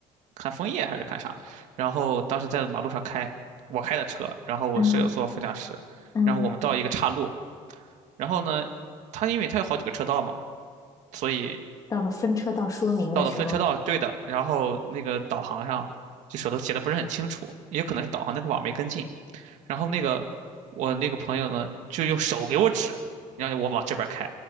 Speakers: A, on the right (about 60°); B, on the left (about 25°).
A: 看枫叶还是看啥？然后当时在马路上开，我开的车，然后我的舍友坐副驾驶，
B: 嗯嗯，
A: 然后我们到一个岔路，然后呢，他因为他有好几个车道嘛。所以
B: 到了分车道说明的时候了。
A: 到了分车道，对的，然后那个导航上就手头写的不是很清楚，也有可能是导航那个网没跟进。然后那个我那个朋友呢，就用手给我指，让我往这边开。